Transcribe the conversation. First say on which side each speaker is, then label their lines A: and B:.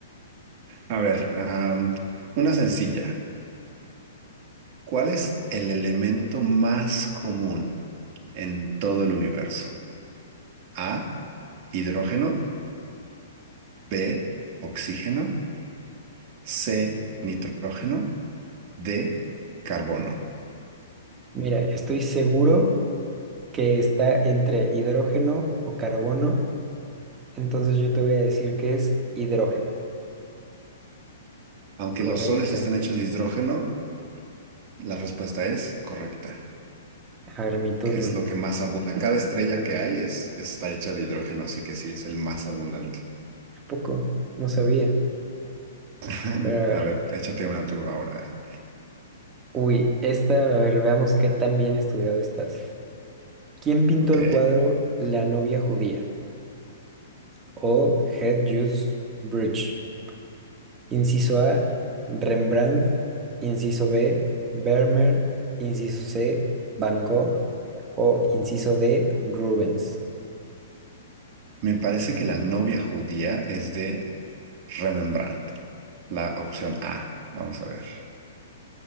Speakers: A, on the right; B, on the right.
A: A ver, am, una sencilla. ¿Cuál es el elemento más común en todo el universo? A, hidrógeno, B, oxígeno, C, nitrógeno, D, carbono.
B: Mira, estoy seguro que está entre hidrógeno o carbono, entonces yo te voy a decir que es hidrógeno.
A: Aunque
B: Correcta.
A: los soles están hechos de hidrógeno, la respuesta es correcta.
B: A ver, mi turno.
A: Es lo que más abunda. Cada estrella que hay es, está hecha de hidrógeno, así que sí, es el más abundante.
B: ¿A poco? No sabía.
A: <laughs>
B: Pero a ver.
A: A ver, échate una tú ahora.
B: Uy, esta, a ver, veamos qué tan bien estudiado estás. ¿Quién pintó
A: Ok.
B: el cuadro La novia judía? O Het Jules Bridge. Inciso A, Rembrandt. Inciso B, Vermeer. Inciso C, Van Gogh. O inciso D, Rubens.
A: Me parece que la novia judía es de Rembrandt. La opción A. Vamos a ver.